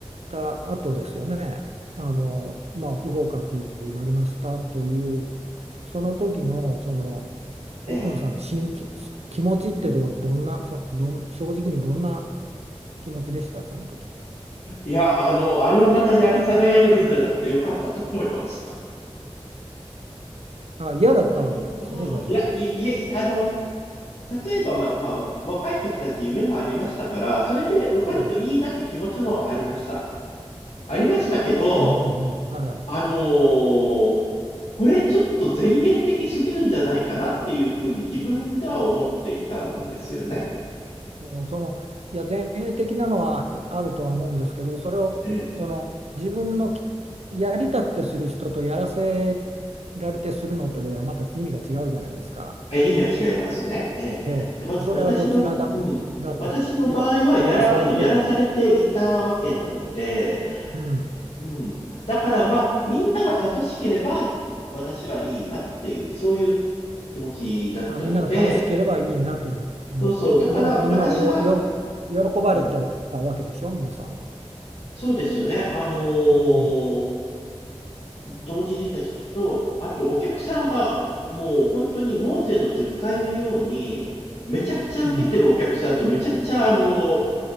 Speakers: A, on the right; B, on the left.
A: た後ですよね。あの、まあ、不合格になりましたというその時のその奥野さんの心気、
B: ええ。
A: 気持ちってど、どんなそどん正直にどんな気持ちでしたその時。
B: いや、あの、あれをまたやらされるんじゃなくてよかったと思いました。
A: あ、嫌だったわけですね、
B: <laughs>
A: じゃあその。
B: いや、いや、いや、あの、例えば、まあ、まあ、若い時だし夢もありましたから、それで受かるといいなって気持ちもありました。
A: ええ。
B: ありましたけど、
A: うんうんうん、はい。
B: あのーこれちょっと前衛的すぎるんじゃないかなっていうふうに自分では思っていたんですよね。
A: もうその、いや、前衛的なのはあるとは思うんですけど、それを、
B: ええ、
A: その、自分のきやりたくてする人とやらせられてするのとではまた意味が違うじゃないですか。
B: え意味は違いますね。ええ、
A: ええ。
B: で、わ、
A: それはどちらだ、
B: 私の、うん、
A: だったんです。
B: 私の場合はやら、
A: や、やらされてた。
B: あの、やらされていたわけなので、
A: うん。
B: うん、だからまあ、みんなが楽しければ私はいいなっていう、そういう気持ちだったので、
A: あ、みんなが楽しければいいなと思思って、
B: そうそう、
A: でもみんなはよ、
B: だから私は、
A: よ、喜ばれてたわけでしょ、
B: うん、
A: 皆さんは。
B: そうですね、あのー
A: うん。
B: 同時に出た人と、あとお客さんがもう本当にモーセの10回のように、めちゃくちゃ受けてるお客さんと、
A: うん。
B: めちゃくちゃあの、